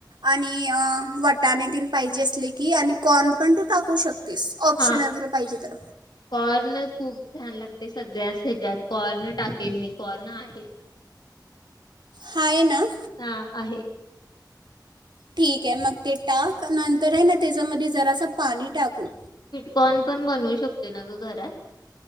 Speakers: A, on the right; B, on the left.
A: आणि मी वटाणे तीन पाहिजे असले की आणि कॉर्न पण तू टाकू शकती. ऑप्शन
B: हा
A: आहे तुला पाहिजे तर.
B: कॉर्न खूप छान लागते सगळ्याच ह्याच्यात कॉर्न टाकेन मी कॉर्न आहे.
A: हाय ना.
B: हा आहे.
A: ठीक आहे मग ते टाक न तर हायन त्याच्यामध्ये जरा असं पाणी टाकू
B: कॉर्न पण बनवू शकते ना ग घरात.